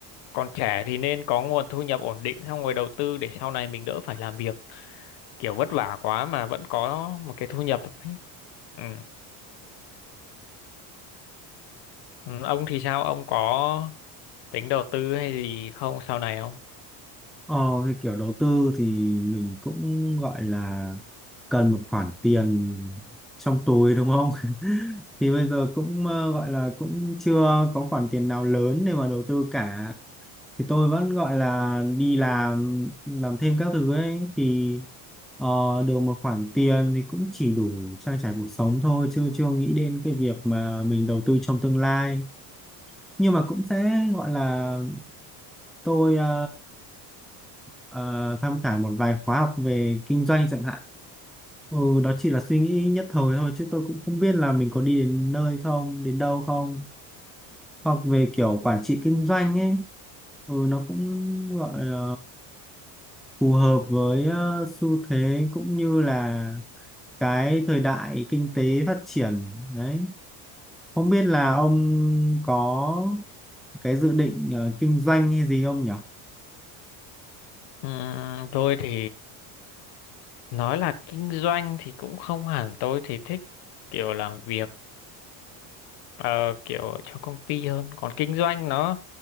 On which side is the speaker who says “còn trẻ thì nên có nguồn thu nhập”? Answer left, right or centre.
Left